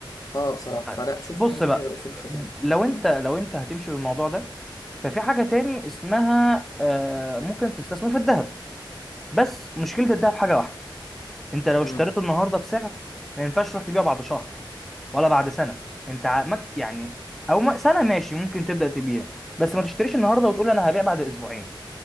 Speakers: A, on the left; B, in the centre.
A: اه بصراحه
B: طيب
A: فلا شوف
B: بص
A: لي حاجه تانية
B: بقى
A: غير اصول الخزانه
B: لو أنت
A: اه
B: لو أنت هتمشي بالموضوع ده ففي حاجة تاني اسمها آه، ممكن تستثمر في الذهب بس مشكلة الذهب حاجة واحدة أنت لو
A: امم
B: اشتريته النهاردة بسعر ما ينفعش تروح تبيعه بعد شهر ولا بعد سنه انت ع- مك- يعني او م- سنه ماشي ممكن تبدا تبيع بس ما تشتريش النهارده وتقول انا هبيع بعد اسبوعين